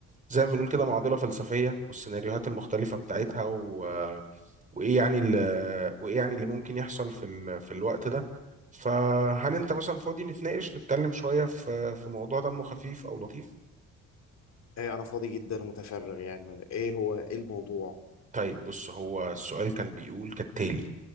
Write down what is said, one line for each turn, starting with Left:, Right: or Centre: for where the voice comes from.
Right: زي ما بنقول كده معضلة فلسفية والسيناريوهات المختلفة بتاعتها و... وإيه يعني ال... وإيه يعني اللي ممكن يحصل في ال... في الوقت ده فهل أنت مثلا فاضي نتناقش نتكلم شوية في في موضوع دمه خفيف أو لطيف؟
Left: ايه انا فاضي جدا ومتفرغ يعني ايه هو ايه الموضوع
Right: طيب بص هو السؤال كان بيقول كالتالي